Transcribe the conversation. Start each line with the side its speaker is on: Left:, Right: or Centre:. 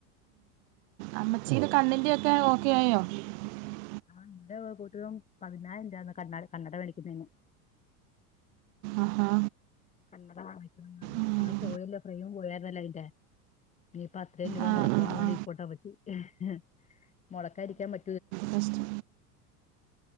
Right: അമ്മച്ചിന്റെ കണ്ണിന്റെ ഒക്കെ ഓക്കേ ആയോ ആ
Left: ആ ഇന്റെ കുട്ടിലും പതിനായിരം ഇല്ല കണ്ണട കണ്ണട വാങ്ങിക്കുന്നതിന്
Right: ആഹാ
Left: കണ്ണട വാങ്ങിക്കുന്നതറിഞ്ഞു
Right: ഉം.
Left: ആ പോയല്ലോ ഫ്രെയിമ് കൂടെയതിന്റെ ഇനി പ്പോ അത്രെയും രൂപ
Right: ആ
Left: മുടക്കണം
Right: ആ
Left: പറഞ്ഞോണ്ട്
Right: ആ
Left: ഇപ്പോട്ടോ പറ്റി ഹെ ഹെ മുടക്കാതിരിക്കാം പ..
Right: നെസ്റ്റ്